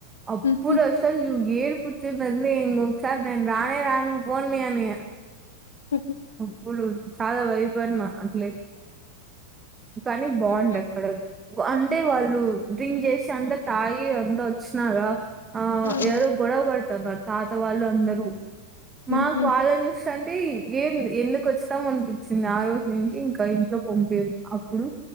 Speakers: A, on the right; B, on the left.
A: అప్పుడు
B: ఊహూ
A: అసలు ఏడుపు వచ్చింది అంతే ఇంగోకసారి నేను రాణే రాను పోయాని
B: ఊహూ
A: ఉప్పులు చాలా వైపు రి నా అట్ల కానీ బాగుండే
B: ఊహూ
A: అక్కడ అంటే వాళ్ళు డ్రింక్ చేసి అంటే తాగి అంతా వచ్చినారా ఆ
B: హ్మ్
A: ఎవరో గొడవ పడతండ్ర తాత వాళ్ళు అందరూ మాకు
B: ఊహూ
A: వాళ్లను చూసి అంటే ఏం ఎందుకు వచ్చినాం అనిపించి ఆ రోజు నుంచి ఇంకా ఇంట్లో పంపిరు అప్పుడు